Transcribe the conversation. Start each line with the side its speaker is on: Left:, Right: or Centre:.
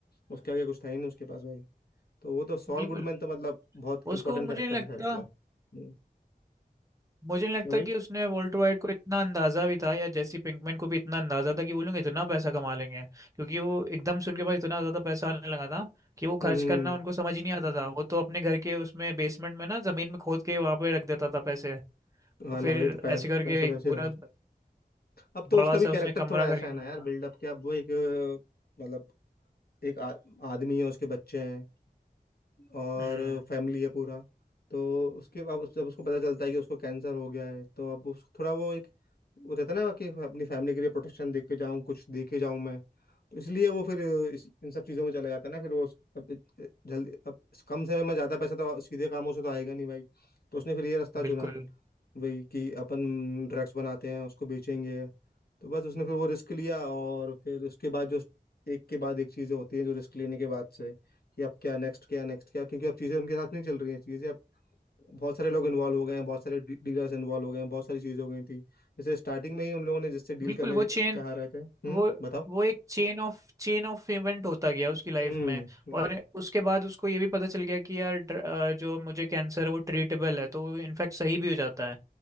Left: उसके आगे कुछ था ही नहीं उसके पास भाई तो वो तो सॉल
Right: बिल्कुल
Left: गुडमैन तो मतलब बहुत इंपॉर्टेंट
Right: उसको मुझे
Left: कैरेक्टर
Right: नहीं लगता
Left: है उसमें हम्म,
Right: मुझे नहीं लगता
Left: क्या भाई
Right: कि उसने वॉल्टर वाइट को इतना अंदाजा भी था या जेसी पिंकमैन को भी इतना अंदाजा था कि वो लोग इतना पैसा कमा लेंगे क्योंकि वो एकदम से उनके पास इतना ज्यादा पैसा आने लगा था कि वो
Left: हम्म
Right: खर्च करना उनको समझ ही नहीं आता था वो तो अपने घर के उसमें बेसमेंट में ना जमीन में खोद के वहां पे रख देता था पैसे
Left: हाँ
Right: और फिर
Left: ना भाई तो पैस,
Right: ऐसे करके
Left: पैसा तो
Right: एक
Left: ऐसे
Right: पूरा
Left: ही रखा अब तो
Right: बड़ा
Left: उसका
Right: सा
Left: भी कैरेक्टर
Right: उसने कमरा
Left: थोड़ा
Right: खरीद
Left: ऐसा है
Right: लिया
Left: ना यार
Right: था
Left: बिल्डअप क्या अब वो एक अ, मतलब एक आ, आदमी है उसके बच्चे हैं और
Right: हम्म
Left: फैमिली है पूरा तो उसके अब उस- जब उसको पता चलता है कि उसको कैंसर हो गया है तो अब उस थोड़ा वो एक वो रहता है ना कि अपनी फैमिली के लिए प्रोटेक्शन दे के जाऊँ कुछ दे के जाऊँ मैं तो इसलिए वो फिर इस, इन सब चीज़ों में चला जाता है ना फिर वो उस- अब इत- जल्दी अब कम समय में ज़्यादा पैसा तो सीधे कामों से तो आएगा नहीं भाई तो उसने फिर ये रास्ता
Right: बिल्कुल
Left: चुना वही कि अपन ड्रग्स बनाते हैं उसको बेचेंगे तो बस उसने फिर वो रिस्क लिया और फिर उसके बाद जो एक के बाद एक चीज़ें होती हैं जो रिस्क लेने के बाद से कि अब क्या नेक्स्ट क्या नेक्स्ट क्या क्योंकि अब चीज़ें उनके साथ नहीं चल रही हैं चीज़ें अब बहुत सारे लोग इन्वॉल्व हो गए हैं बहुत सारे डीलर्स इन्वॉल्व हो गए हैं बहुत सारी चीज़ें हो गई थी जैसे स्टार्टिंग में ही उन लोगों ने जिससे डील
Right: बिल्कुल
Left: करने
Right: वो
Left: ज-
Right: चेन
Left: चाह रहे थे हम्म
Right: वो
Left: बताओ
Right: वो एक चेन ऑफ चेन ऑफ इवेंट होता गया उसकी लाइफ
Left: हम्म
Right: में
Left: हम्म
Right: और उसके बाद उसको ये भी पता चल गया कि यार ड्र- अ, जो मुझे कैंसर है वो ट्रीटेबल है तो वो इनफैक्ट सही भी हो जाता है